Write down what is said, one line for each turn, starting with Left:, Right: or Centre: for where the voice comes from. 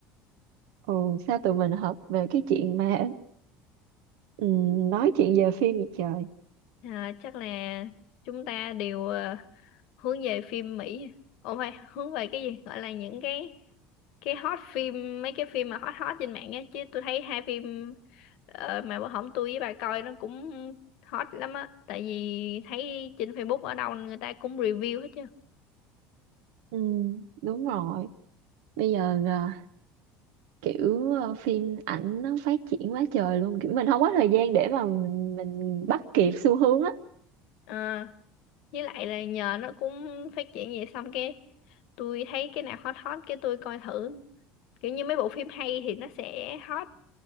Right: Ừ sao tụi mình hợp về cái chuyện mà ừ, nói chuyện về phim vậy trời.
Left: à, chắc là chúng ta đều ờ, hướng về phim Mỹ ồ phải hướng về cái gì gọi là những cái cái hot phim mấy cái phim mà hot hot trên mạng á chứ tôi thấy hai phim ờ, mà bữa hổm tôi với bà coi nó cũng hot lắm á tại vì thấy trên Facebook ở đâu người ta cũng review hết chứ
Right: Ừ, đúng rồi. Bây giờ à, kiểu à, phim ảnh nó phát triển quá trời luôn, kiểu mình không có thời gian để mà mình mình bắt kịp xu hướng á.
Left: Ờ. với lại là nhờ nó cũng phát triển vậy xong cái tôi thấy cái nào hot hot cái tôi coi thử kiểu như mấy bộ phim hay thì nó sẽ hot